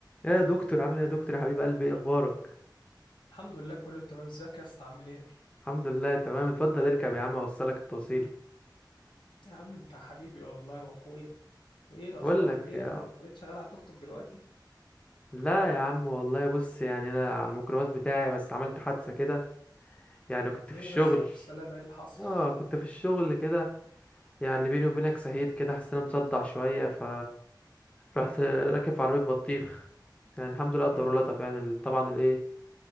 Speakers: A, on the left; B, on the left.
A: يا دكتور عامل ايه يا دكتور يا حبيب قلبي ايه اخبارك
B: الحمد لله كله تمام ازيك يا اسطى عامل ايه
A: الحمد لله تمام اتفضل اركب يا عم اوصلك التوصيله
B: يا عم انت حبيبي والله واخويا ايه الاخبار
A: بقول لك
B: ايه
A: يا...
B: يا ابني انت بقيت شغال على التوك توك دلوقتي
A: لا يا عم والله بص يعني انا على الميكروباص بتاعي بس عملت حادثه كده يعني كنت
B: ايه
A: في الشغل
B: بس الف سلامه ايه اللي حصل
A: اه كنت في الشغل كده يعني بيني وبينك سهيت كده حسيت انا مصدع شويه ف رحت راكب في عربيه بطيخ يعني الحمد لله قدر
B: امم
A: لطف يعني ال- طبعا الايه